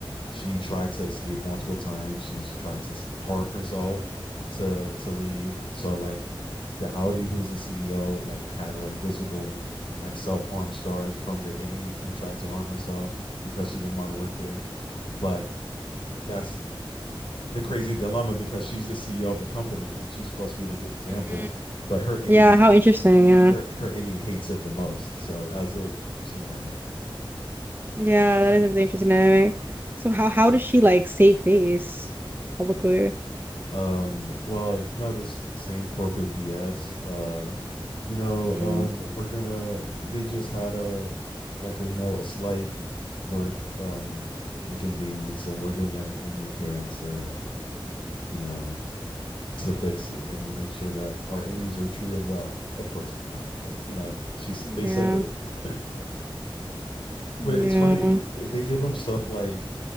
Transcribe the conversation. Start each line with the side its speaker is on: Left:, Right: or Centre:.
Left: She tried to escape multiple times. She's tried to harm herself to to leave. So like the Audi, who's the CEO, like had like visible like self harm scars from the any who tried to harm herself because she didn't want to work there. But that's the crazy dilemma because she's the CEO of the company and she's supposed to be the good example,
Right: Mm.
Left: but her any
Right: Yeah, how interesting. Yeah,
Left: her her any hates it the most. So that was a interesting dynamic.
Right: yeah, that is a really interesting dynamic. So how how does she like save face publicly?
Left: um well you know this same corporate bs uh you know
Right: Mm.
Left: um we're gonna they just had a like you know a slight work um inconvenience and we're doing everything we can to you know to fix it and make sure that our innies are treated well of, course they're not but you know she's
Right: Yeah,
Left: they said they <laughs> but
Right: yeah,
Left: it's funny they give them stuff like